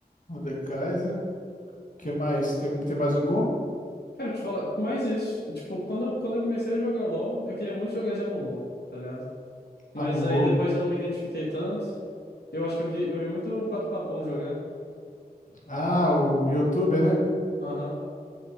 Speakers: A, on the left (about 50°); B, on the left (about 85°).
A: O The Kaiser. Que mais? Tem, tem mais algum?
B: Cara, te falar mais isso, tipo, quando, eu- quando eu comecei a jogar LoL, eu queria muito jogar de Amumu, tá ligado? Mas
A: A Mumu.
B: aí depois eu não me identifiquei tanto. Eu acho que eu vi, eu vi muito o Pato Papão jogar.
A: Ah, o YouTuber, né?
B: Aham.